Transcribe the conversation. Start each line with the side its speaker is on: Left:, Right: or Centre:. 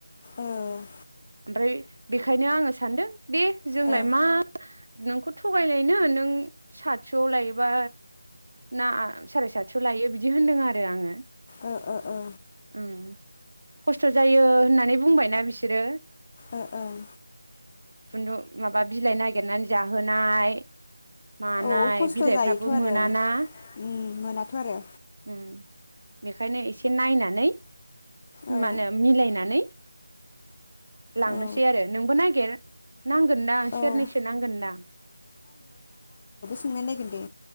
Left: ओम
Right: ओमफ्राय बेखायनो आङो सान्दों दे जोंलाय
Left: ओ
Right: मा नोंखौ थगायलायनो नों साद तस' लायोबा ना सारि सातस' लायो बिदि होन्दों आरो आङो
Left: ओ ओ ओ
Right: ओम खस्थ' जायो होननानै बुंबायना बिसोर सोरो
Left: ओ ओं
Right: खुन्दुं माबा बिलाइ नागिरनानै जाहोनाय मा
Left: औ
Right: नाय
Left: खस्थ'
Right: बिलाइफ्राबो
Left: जायोथ' आरो
Right: मोना ना
Left: उम मोनाथ' आरो
Right: उम बेखायनो एसे नायनानै
Left: औ
Right: मा होनो मिलायनानै लांनोसै
Left: औ
Right: आरो नोंबो नागिर नांगोनदां सेरनैसो
Left: औ
Right: नांगोनदां
Left: थांना नायगोन दे